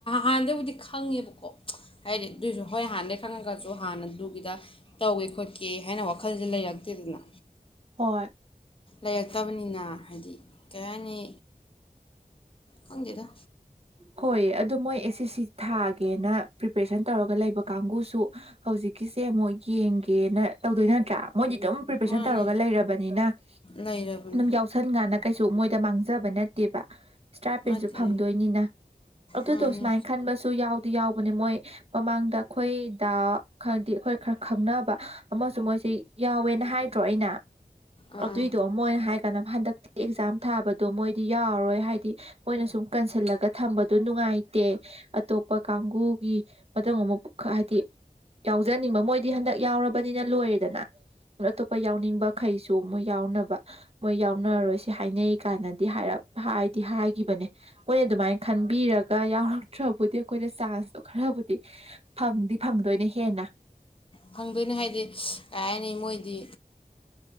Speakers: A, on the left (about 35°); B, on the right (about 40°).
A: ꯍꯥꯟꯗꯩꯕꯨꯖꯤꯛ꯫ ꯈꯪꯉꯦꯕꯀꯣ꯫ ꯍꯥꯏꯗꯤ ꯑꯗꯨꯏꯁꯨ ꯍꯣꯏ ꯍꯥꯟꯅꯗꯛ꯫ ꯈꯪꯉꯒꯁꯨ ꯍꯥꯟꯅꯗꯨꯒꯤꯗ ꯇꯧꯋꯦ ꯈꯣꯠꯀꯦ ꯍꯥꯏꯅ ꯋꯥꯈꯜꯁꯦ ꯂꯩꯔꯛꯇꯦꯗꯅ꯫
B: ꯍꯣꯏ꯫
A: ꯂꯩꯔꯛꯇꯕꯅꯤꯅ ꯍꯥꯏꯗꯤ ꯀꯩ ꯍꯥꯏꯅꯤ꯫ ꯈꯪꯗꯦꯗꯥ꯫
B: ꯍꯣꯏ ꯑꯗꯨꯗꯣ ꯃꯣꯏ ꯑꯦꯁ ꯑꯦ ꯁꯤ ꯊꯥꯒꯦꯅ ꯄ꯭ꯔꯤꯄꯦꯔꯦꯁꯟ ꯇꯧꯔꯒ ꯂꯩꯕ ꯀꯥꯡꯕꯨꯁꯨ ꯍꯧꯖꯤꯛꯀꯤꯁꯦ ꯑꯃꯨꯛ ꯌꯦꯡꯒꯦꯅ ꯇꯧꯗꯣꯏ ꯅꯠꯇ꯭ꯔꯥ꯫ ꯃꯣꯏꯗꯤ ꯑꯗꯨꯝ ꯄ꯭ꯔꯤꯄꯦꯁꯟ
A: ꯃꯥꯅꯦ
B: ꯇꯧꯔꯒ ꯂꯩꯔꯕꯅꯤꯅ
A: ꯂꯩꯔꯕꯅꯦ
B: ꯑꯗꯨꯝ ꯌꯥꯎꯁꯟ ꯀꯟꯗꯥ꯫ ꯀꯩꯁꯨ ꯃꯣꯏꯗ ꯃꯥꯡꯖꯕ ꯅꯠꯇꯦꯕ꯫ ꯁꯇ꯭ꯔꯥꯏꯄꯦꯟꯗ
A: ꯅꯠꯇꯦ
B: ꯁꯨ꯫ ꯐꯪꯗꯣꯏꯅꯤꯅ ꯑꯗꯨꯗꯣ
A: ꯃꯥꯅꯦ
B: ꯁꯨꯃꯥꯏꯅ ꯈꯟꯕꯁꯨ ꯌꯥꯎꯗꯤ ꯌꯥꯎ ꯃꯣꯏ ꯃꯃꯥꯡꯗ ꯑꯩꯈꯣꯏꯗ ꯈꯪꯗꯤ ꯑꯩꯈꯣꯏ ꯈꯔ ꯈꯪꯅꯕ ꯑꯃꯁꯨ ꯃꯣꯏꯁꯤ ꯌꯥꯎꯋꯦꯅ ꯍꯥꯏꯗ꯭ꯔꯣ ꯑꯩꯅ꯫ ꯑ
A: ꯑꯥ
B: ꯑꯗꯨꯏ
A: ꯑꯥ
B: ꯇꯣ ꯃꯣꯏ ꯍ꯫ ꯀꯅꯣ ꯍꯟꯗꯛꯇꯤ ꯑꯦꯛꯖꯥꯝ ꯊꯥꯕꯗꯣ ꯃꯣꯏꯗꯤ ꯌꯥꯎꯔꯔꯣꯏ ꯍꯥꯏꯗꯤ ꯃꯣꯏꯅ ꯁꯨꯝ ꯀꯟꯁꯤꯜꯂꯒ ꯊꯝꯕꯗꯨ ꯅꯨꯡꯉꯥꯏꯇꯦ ꯑꯇꯣꯞꯄ ꯀꯥꯡꯕꯨꯨꯒꯤ ꯃꯇꯨꯡ ꯑꯃ ꯍꯥꯏꯗꯤ ꯌꯥꯎꯖꯅꯤꯡꯕ ꯃꯣꯏꯗꯤ ꯍꯟꯗꯛ ꯌꯥꯎꯔꯕꯅꯤꯅ ꯂꯣꯏꯔꯦꯗꯅ ꯑꯇꯣꯞꯄ ꯌꯥꯎꯅꯤꯡꯕꯈꯩꯁꯨ ꯃꯣꯏ ꯌꯥꯎꯅꯕ ꯃꯣꯏ ꯌꯥꯎꯅꯔꯔꯣꯏꯁꯤ ꯍꯥꯏꯅꯩ ꯀꯥꯟꯅꯗꯤ ꯍꯥꯏꯔꯞ ꯍꯥꯏꯗꯤ ꯍꯥꯏꯈꯤꯕꯅꯦ ꯃꯣꯏꯅ ꯑꯗꯨꯃꯥꯏꯅ ꯈꯟꯕꯤꯔꯒ ꯌꯥꯎꯔꯛꯇ꯭ꯔꯕꯨꯗꯤ ꯑꯩꯈꯣꯏꯅ ꯆꯥꯟꯁꯇꯣ ꯈꯔꯕꯨꯗꯤ ꯐꯪꯗꯤ ꯐꯪꯗꯣꯏꯅ ꯍꯦꯟꯅ꯫
A: ꯐꯪꯗꯣꯏꯅꯤ ꯍꯥꯏꯗꯤ ꯀꯩ ꯍꯥꯏꯅꯤ ꯃꯣꯏꯗꯤ